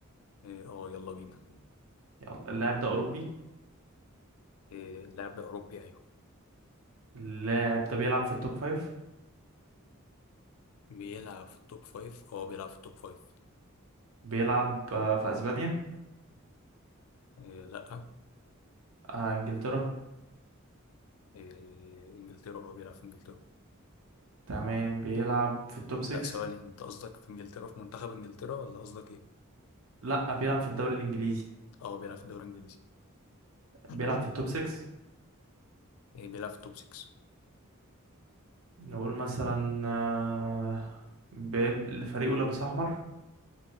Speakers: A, on the left; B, on the right.
A: إيه، اه يلا بينا
B: يلا اللاعب ده اوروبي
A: إيه اللاعب ده أوروبي أيوه
B: اللاعب ده بيلعب في التوب فايف
A: بيلعب في التوب فايف اه بيلعب في التوب فايف
B: بيلعب آه، في اسبانيا
A: إيه لأ
B: آه، انجلترا
A: إيه إنجلترا اه بيلعب في إنجلترا
B: تمام بيلعب في التوب 6
A: لأ ثواني أنت قصدك في إنجلترا في منتخب إنجلترا ولا قصدك إيه؟
B: لا بيلعب في الدوري الانجليزي
A: اه بيلعب في الدوري الإنجليزي <clears throat>
B: بيلعب في التوب 6
A: إيه بيلعب في التوب 6
B: نقول مثلا آه، بيل- فريقه لابس احمر